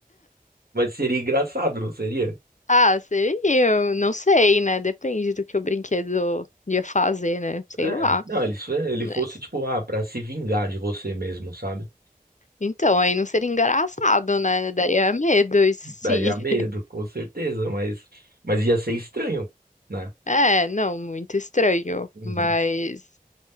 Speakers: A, on the right; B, on the left.
A: Mas seria engraçado, não seria?
B: Ah, seria, eu não sei, né? Depende do que o brinquedo ia fazer, né? Sei
A: É,
B: lá.
A: não, ele, se ele
B: Mas-
A: fosse, tipo, ah, pra se vingar de você mesmo, sabe?
B: Então, aí não seria engraçado, né? Daria medo, isso sim.
A: Daria
B: <laughs>
A: medo, com certeza, mas, mas ia ser estranho, né?
B: É, não, muito estranho.
A: Uhum.
B: Mas,